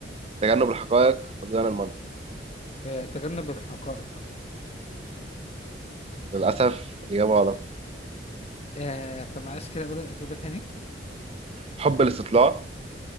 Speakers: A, on the right; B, on the left.
A: تجنب الحقائق فقدان المنطق
B: آه، تجنب الحقائق
A: للأسف الإجابة غلط
B: آه، طب معلش كده اقول الاجوبه تاني
A: حب الاستطلاع